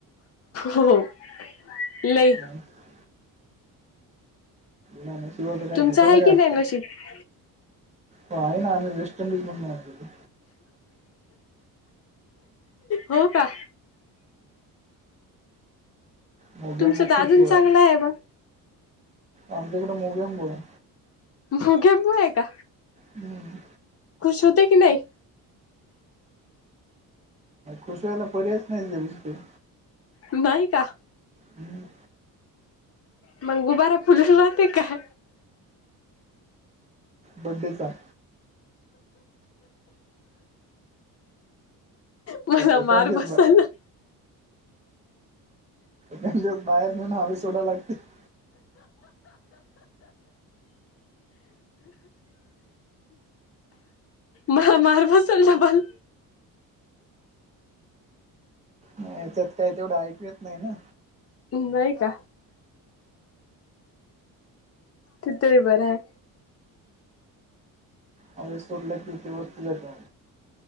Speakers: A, on the left; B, on the right.
A: हो लई.
B: ह <unintelligible> नशिबा शिवायच काय
A: तुमचं
B: भेटल
A: आहे
B: का
A: की
B: आजकाल.
A: नाही नशीब
B: हो आहे ना, वेस्ट इंडीज मधून आणलेलो.
A: हो का.
B: मोग्यांब
A: तुमचं तर अजून
B: खुश होवा
A: चांगलं
B: आहे,
A: मग
B: आमच्याकडे मोगेंब आहे.
A: मोग्याम्बो आहे का,
B: हम्म.
A: खुश होते की नाही.
B: खुश व्हायला पर्यायच नाहीं, झाल्या शिवाय.
A: नाही का.
B: हम.
A: मग गुबारा पूजून जाते का.
B: बड्डेचा.
A: मला
B: एखाद
A: मार
B: दिवस
A: बसयला.
B: बा त्याला बाहेर नेऊन हवे सोडायला लागते. ह <unintelligible>
A: मला मार बसेल ना पण.
B: नाही त्यात काही तेवढं ऐकू येत नाही ना.
A: नाही का, तिथही बरं आहे.
B: हवेत सोडलं की ते वरती जातो.